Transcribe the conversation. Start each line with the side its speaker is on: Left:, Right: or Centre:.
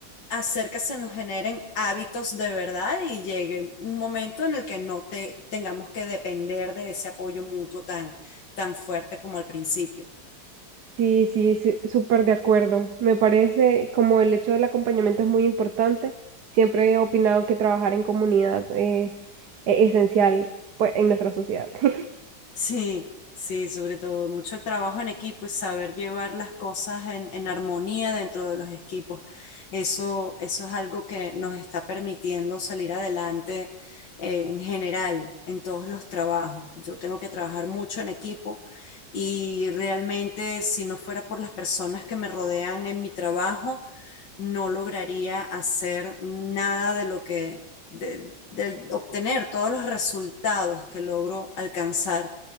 Left: hacer que se nos generen hábitos de verdad y llegue un momento en el que no te, tengamos que depender de ese apoyo mutuo tan, tan fuerte como al principio.
Right: Sí, sí, sí, súper de acuerdo. Me parece como el hecho del acompañamiento es muy importante. Siempre he opinado que trabajar en comunidad eh, es esencial, pues, en nuestra sociedad. <laughs>
Left: Sí, sí, sobre todo mucho el trabajo en equipo y saber llevar las cosas en, en armonía dentro de los equipos. Eso, eso es algo que nos está permitiendo salir adelante eh, en general, en todos los trabajos. Yo tengo que trabajar mucho en equipo y realmente si no fuera por las personas que me rodean en mi trabajo, no lograría hacer nada de lo que, de, de obtener todos los resultados que logro alcanzar.